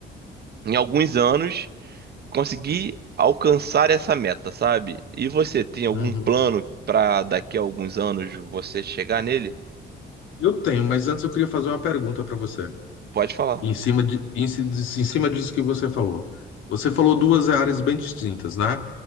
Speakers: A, on the right; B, on the left.
A: em alguns anos conseguir alcançar essa meta, sabe? E você tem algum
B: Uhum.
A: plano pra daqui a alguns anos você chegar nele?
B: Eu tenho, mas antes eu queria fazer uma pergunta para você.
A: Pode falar.
B: Em cima de, em, ci- em cima disso que você falou. Você falou duas áreas bem distintas, né?